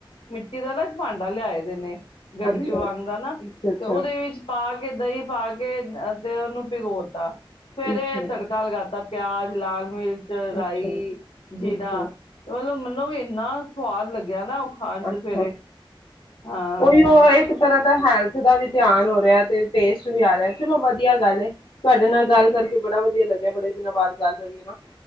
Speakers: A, on the left; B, on the left.
A: ਮਿੱਟੀ ਦਾ ਨਾ ਭਾਂਡਾ ਲਿਆਏ ਦੇ, ਨੇ ਗਡਵ
B: ਅੱਛਾ,
A: ਵਾਂਗਦਾ
B: ਅੱਛਾ,
A: ਨਾ
B: ਅੱਛਾ,
A: ਤੇ ਉਹਦੇ ਵਿੱਚ ਪਾ ਕੇ ਦਹੀਂ ਪਾ- ਕੇ ਤੇ ਉਹਨੂੰ ਭਿਗੋਤਾ ਸਵੇਰੇ
B: ਅੱਛਾ,
A: ਤੜਕਾ ਲਗਾ ਤਾ ਪਿਆਜ ਲਾਲ ਮਿਰਚ ਰਾਈ-ਜੀਰਾ
B: ਅੱਛਾ, ਅੱਛਾ,
A: ਮਤਲਬ ਮੈਨੂੰ ਵੀ ਇੰਨਾ ਫੁਹਾਰ ਲੱ ਗਿਆ ਨਾ ਉ ਖਾਨ ਚ
B: ਅੱਛਾ
A: ਸਵੇਰੇ ਹਾਂ
B: ਉਹੀਓ ਇੱਕ ਤਰ੍ਹਾਂ ਤਾਂ ਹੈਲਥ ਦਾ ਵੀ ਧਿਆਨ ਹੋ ਰਿਹਾ, ਤੇ ਟੇਸਟ ਵੀ ਆ ਰਿਹਾ। ਚਲੋ ਵਧੀਆ ਗੱਲ ਤੁਹਾਡੇ ਨਾਲ ਗੱਲ ਕਰਕੇ ਬੜਾ ਵਧੀਆ ਲੱਗਿਆ, ਬੜੇ ਦਿਨਾਂ ਬਾਅਦ ਗੱਲ ਹੋਈਏ ਨਾ।